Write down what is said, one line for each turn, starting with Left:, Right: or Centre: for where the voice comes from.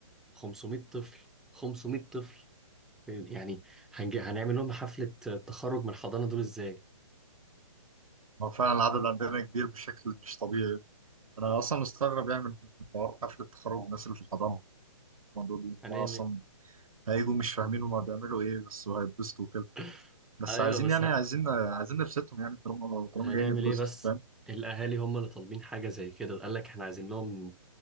Centre: 500 طفل 500 طفل يعني هنج... هنعمل لهم حفله تخرج من الحضانه دول ازاي
Right: هو فعلا العدد عندنا كبير بشكل مش طبيعي انا اصلا مستغرب يعني من حوار حفله التخرج الناس اللي في الحضانه دول هم
Centre: هنعمل
Right: اصلا هيجوا مش فاهمين هما بيعملوا ايه بس هيتبسطوا وكده
Centre: <laughs>
Right: بس
Centre: ايوه
Right: عايزين
Centre: بس
Right: يعني
Centre: ه...
Right: عايزين عايزين نبسطهم يعني طالما طالما
Centre: هنعمل
Right: جايين يتبسطوا
Centre: ايه بس
Right: فاهم
Centre: الاهالي هم اللي طالبين حاجه زي كده قال لك احنا عايزين لهم